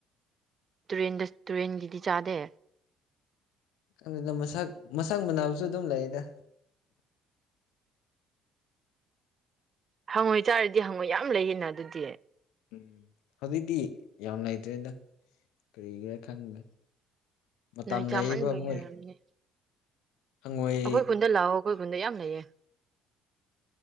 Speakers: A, on the right; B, on the left.
A: ꯇꯨꯔꯦꯟꯗ ꯇꯨꯔꯦꯟꯒꯤꯗꯤ ꯆꯥꯗꯦ
B: ꯑꯗꯨꯅ ꯃꯁꯛ ꯃꯁꯛ ꯃꯅꯥꯕꯁꯨ ꯑꯗꯨꯝ ꯂꯩꯗ
A: ꯍꯪꯉꯣꯏꯆꯥꯔꯗꯤ ꯍꯪꯉꯣꯏ ꯌꯥꯝ ꯂꯩꯌꯦꯅ ꯑꯗꯨꯗꯤ
B: ꯎꯝ ꯍꯧꯖꯤꯛꯇꯤ ꯌꯥꯝ ꯂꯩꯇ꯭ꯔꯦꯗ ꯀꯔꯤꯒꯤꯔꯥ ꯈꯪꯗꯦ ꯃꯇꯝ
A: ꯅꯣꯏ ꯆꯥꯃꯟꯕꯒꯤ
B: ꯂꯩꯔꯤꯕ ꯃꯣꯏ
A: ꯑꯣꯏꯔꯝꯅꯤ
B: ꯍꯪꯉꯣꯏ
A: ꯑꯩꯈꯣꯏ ꯈꯨꯨꯟꯗ ꯂꯥꯛꯑꯣ ꯑꯩꯈꯣꯏ ꯈꯨꯟꯗ ꯌꯥꯝ ꯂꯩꯌꯦ